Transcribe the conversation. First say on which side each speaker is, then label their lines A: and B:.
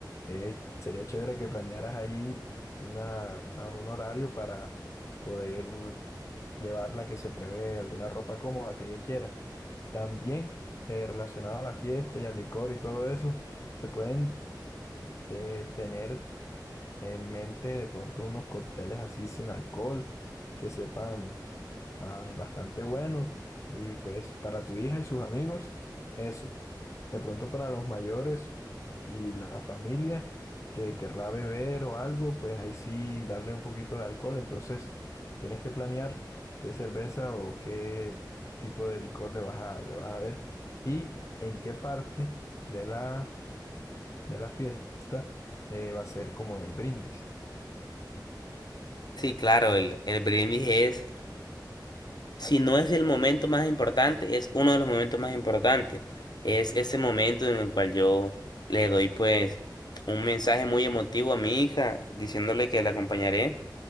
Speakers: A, on the left (about 40°); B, on the left (about 65°).
A: eh, sería chévere que planearas ahí una, una- un horario para poder llevarla que se prevé alguna ropa cómoda que ella quiera. También eh, relacionado a la fiesta y al licor y todo eso, se pueden eh, tener en mente de pronto unos cócteles así sin alcohol que sepan ah, bastante bueno y pues para tu hija y sus amigos eso. De pronto para los mayores y la familia que querrá beber o algo, pues ahí sí darle un poquito de alcohol. Entonces tienes que planear qué cerveza o qué tipo de licor le vas a, le vas a ver y en qué parte de la, de la fiesta eh, va a ser como el brindis.
B: Sí, claro, el, el brindis es, si no es el momento más importante, es uno de los momentos más importantes. Es ese momento en el cual yo le doy pues un mensaje muy emotivo a mi hija, diciéndole que la acompañaré